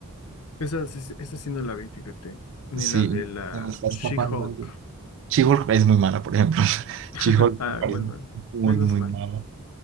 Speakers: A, on the left; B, on the right.
A: Esa, sí- esa sí no la vi, fíjate. Ni
B: Sí,
A: la de la
B: se me está
A: She-Hulk.
B: escapando algo. she es muy mala, por ejemplo. <laughs>
A: <laughs>
B: she me
A: Ah,
B: parece
A: bueno,
B: muy,
A: menos
B: muy
A: mal.
B: mala.